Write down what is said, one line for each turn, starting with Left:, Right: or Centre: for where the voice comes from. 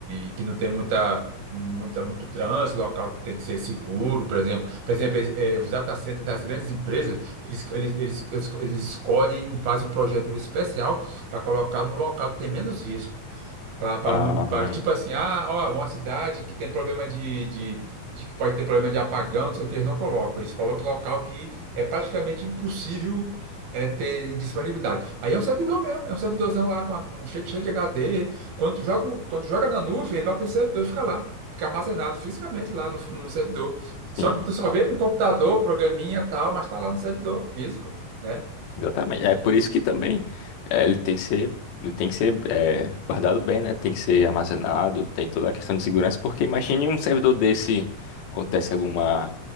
Right: de- que não tem muita, muita, muito trânsito, local que tem que ser seguro, por exemplo. Por exemplo, eles, eh, os datacenters das grandes empresas, eles, eles, eles, eles escolhem, fazem um projeto especial para colocar num local que tem menos risco. Para
Left: Ah,
Right: não, pra, tipo assim, ah, ó, uma cidade que tem problema de, de, de que pode ter problema de apagão, não sei o que, eles não colocam. Eles colocam local que é praticamente impossível é, ter disponibilidade. Aí é um servidor mesmo, é um servidorzão lá com, a- com cheio, cheio de HD. Quando tu joga, o- quando tu joga na nuvem, ele vai para esse servidor ficar lá, fica armazenado fisicamente lá no, no servidor. Só
Left: sim.
Right: que tu só vê no computador, programinha e tal, mas está lá no servidor físico, né?
Left: Exatamente.
Right: É,
Left: É por isso que também eh, ele tem que ser, ele tem que ser eh, guardado bem, né? Tem que ser armazenado, tem toda a questão de segurança, porque imagine um servidor desse, acontece alguma,